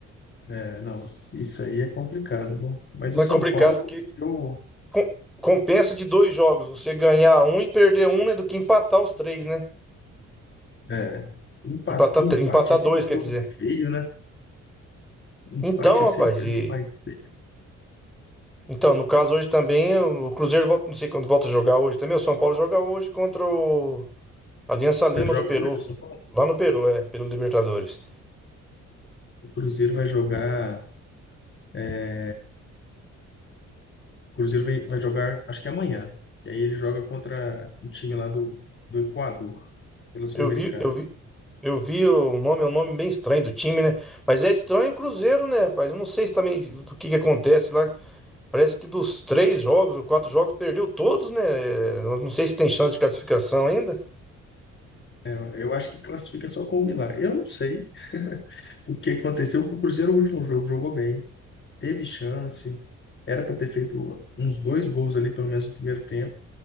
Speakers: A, on the left; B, in the centre.
A: É, não, isso aí é complicado. viu? Mas
B: Não
A: o São
B: é complicado,
A: Paulo,
B: porque
A: eu,
B: com- compensa de dois jogos. Você ganhar um e perder um é do que empatar os três, né?
A: é, empate,
B: Empatar,
A: empate
B: tr- empatar
A: é sempre
B: dois, quer
A: um jogo
B: dizer.
A: feio, né? Empate
B: Então, rapaz,
A: é sempre aquele
B: e.
A: jogo mais feio.
B: Então, no caso hoje também, o Cruzeiro volta, não sei quando volta a jogar hoje também. O São Paulo joga hoje contra o Aliança Lima
A: Já joga
B: do Peru.
A: hoje o São Paulo?
B: Lá no Peru, é, pelo Libertadores.
A: O Cruzeiro vai jogar, é, o Cruzeiro vai, vai jogar, acho que amanhã. Que aí ele joga contra o time lá do, do Equador, pela Sul-Americana.
B: Eu vi, eu vi, Eu vi o nome, é um nome bem estranho do time, né? Mas é estranho o Cruzeiro, né, rapaz? Eu não sei se também o que que acontece lá. Parece que dos três jogos ou quatro jogos perdeu todos, né? Eu não sei se tem chance de classificação ainda.
A: É, Eu acho que classifica só com o Milagre. Eu não sei o que aconteceu, com o Cruzeiro, o último jogo, jogou bem. teve chance, era para ter feito uns dois gols ali, pelo menos no primeiro tempo,